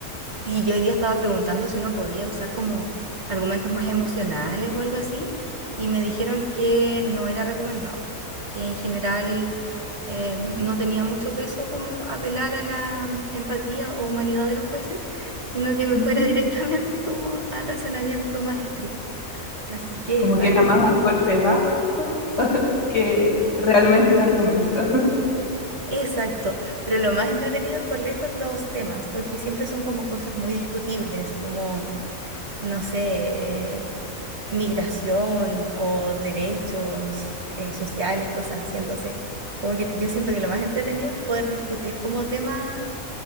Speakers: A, on the right (about 50°); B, on the left (about 55°).
A: Sí, yo hoy día estaba preguntando si uno podía usar como argumentos más emocionales o algo así, y me dijeron que no era recomendado, que en general eh, no tenía mucho peso como apelar a la mm, empatía o humanidad de los jueces, sino que me
B: Ujú.
A: fuera <laughs> directamente como al razonamiento más estricto. Así que
B: Como
A: igual,
B: que era más un golpe bajo que realmente un argumento. <laughs>
A: exacto, pero lo más entretenido es por lejos los temas, porque siempre son como cosas muy discutibles, como no sé, eh, migración o derechos eh, sociales, cosas así. Entonces, como que yo siento que lo más entretenido es poder discutir como temas